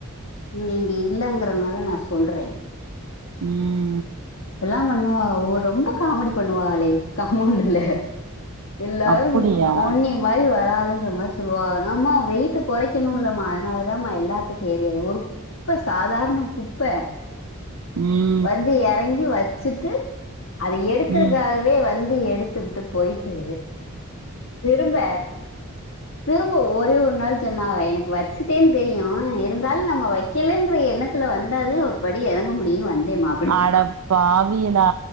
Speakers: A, on the left; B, on the right.
A: நீங்க இங்க இல்லங்கறனால நா சொல்றே
B: ம்
A: இப்டில்லா பண்ணுவாக அவுக ரொம்ப காமெடி பண்ணுவாகலே காமவுண்டுல எல்லாருங்
B: அப்புடியா
A: வராதுன்ற மாரி சொல்லுவாக நம்ம வெய்ட்டு கொறைக்கணுல்லம்மா அதனாலதாம்மா எல்லாத்துக்கு ஏறி எறங் ஒரு குப்ப சாதாரண குப்ப
B: ம்
A: வந்து எறங்கி வச்சிட்டு அத எடுக்கறக்காகவே
B: ம் ம்
A: வந் து எடுத்துபுட்டு போயிட்டு திரும்ப திரும்ப ஒரே ஒரு நாள் சொன்னாக எனக்கு வச்சிட்டேன்னு தெரியு இருந்தாலு நம்ம வைக்கலங்கிற எண்ணத்துல வந்தாத ஒரு படி எறங்க முடியுன்னு வந்தேம்மா
B: அடப்பாவிகளா